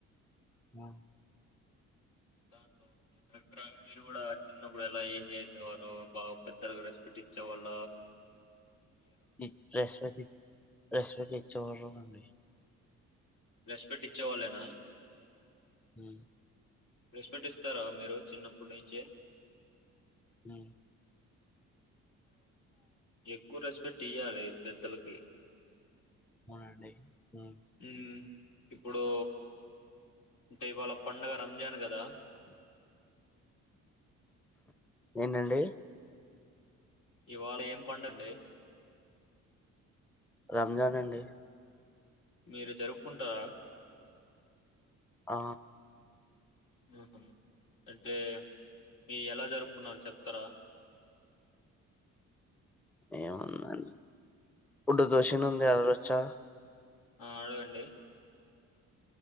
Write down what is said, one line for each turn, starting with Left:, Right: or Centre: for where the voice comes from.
Centre: ఆ
Left: దాంట్లో అభిప్రాయం మీరు కూడా చిన్నప్పుడు ఎలా ఏం చేసేవారు బా పెద్దగా రెస్పెక్ట్ ఇచ్చే వాళ్ళ
Centre: <unintelligible> రెస్పెక్ట్ ఇచ్చేవారు అండి
Left: రెస్పెక్ట్ ఇచ్చే వాళ్లేనా
Centre: ఉమ్
Left: రెస్పెక్ట్ ఇస్తారా మీరు చిన్నప్పటి నుంచే
Centre: ఉమ్
Left: ఎక్కువ రెస్పెక్ట్ ఇయ్యాలి పెద్దలకి
Centre: అవునండి హ్మ్.
Left: ఉమ్ ఇప్పుడు అంటే ఇవాళ పండగ రంజాన్ కదా
Centre: ఏంటండి
Left: ఇవాళ ఏం పండుగ అండి
Centre: రంజాన్ అండి
Left: మీరు జరుపుకుంటారా
Centre: ఆ
Left: ఉహూ అంటే మీరు ఎలా జరుపుకున్నారు చెప్తారా
Centre: ఏముందడి గుడు దోష ను ఉంది అడగొచ్చా
Left: ఆ అడగండి